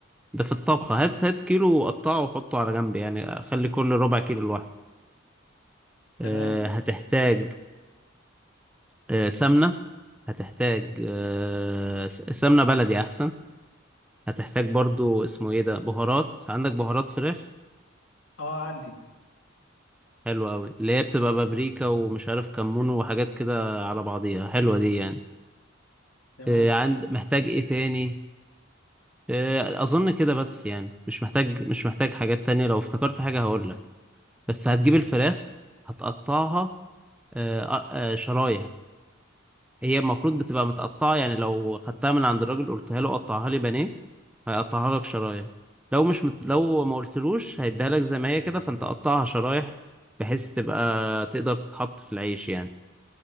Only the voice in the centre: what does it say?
ده في الطبخة هات هات كيلو وقطعه وحطه على جنب يعني خلي كل ربع كيلو لوحده
آه، هتحتاج آه، سمنة هتحتاج آه، س- سمنة بلدي احسن هتحتاج برضو اسمه ايه ده بهارات عندك بهارات فراخ
حلوة أوي اللي هي بتبقى بابريكا ومش عارف كمون وحاجات كده على بعضيها حلوة دي يعني
آه، عند محتاج ايه تاني آه، اظن كده بس يعني مش محتاج مش محتاج حاجات تانية لو افتكرت حاجة هقولك بس هتجيب الفراخ هتقطعها آه، آه، آه، شرايح هي المفروض بتبقى متقطعة يعني لو خدتها من عند الراجل قلتها له قطعها لي بانيه هيقطعها لك شرايح لو مش مت... لو ما قلتلوش هيديها لك زي ما هي كده فانت قطعها شرايح بحيث تبقى تقدر تتحط في العيش يعني